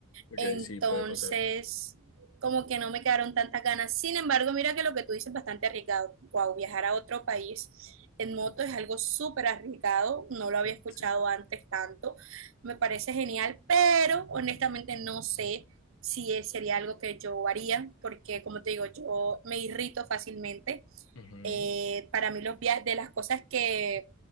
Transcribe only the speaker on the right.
entonces,
como que no me quedaron tantas ganas. Sin embargo, mira que lo que tú dices es bastante arriesgado. Wow, viajar a otro país en moto es algo súper arriesgado. No lo había
escuchado
antes tanto. Me parece genial, pero honestamente no sé si es- sería algo que yo haría, porque como te digo, yo me irrito fácilmente.
Eh, para mí los viajes, de las cosas que